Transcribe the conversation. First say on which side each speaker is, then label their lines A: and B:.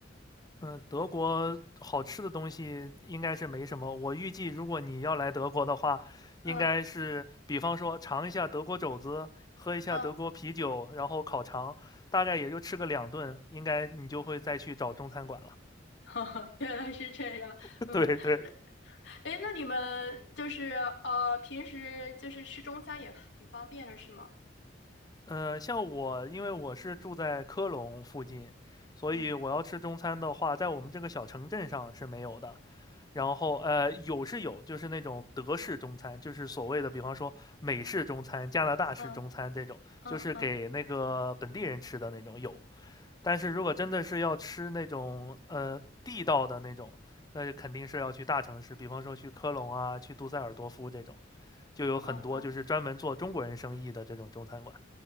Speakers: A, on the left; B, on the left.
A: 嗯，德国好吃的东西应该是没什么。我预计，如果你要来德国的话，
B: 嗯
A: 应该是比方说尝一下德国肘子，喝一下德国啤酒，
B: 嗯，
A: 然后烤肠，大概也就吃个两顿，应该你就会再去找中餐馆了。
B: <laughs> 原来是这样，
A: <laughs>
B: 嗯，
A: 对对，
B: 诶，那你们就是呃，平时就是吃中餐也挺方便的，是吗？
A: 呃，像我，因为我是住在科隆附近，所以我要吃中餐的话，
B: 嗯
A: 在我们这个小城镇上是没有的。然后，呃，有是有，就是那种德式中餐，就是所谓的，比方说美式中餐、加拿大式中餐这种，
B: 嗯嗯嗯，
A: 就是给那个本地人吃的那种有。但是如果真的是要吃那种呃地道的那种，那就肯定是要去大城市，比方说去科隆啊、去杜塞尔多夫这种，就有很多就是专门做中国人生意的这种中餐馆。
B: 嗯嗯。哦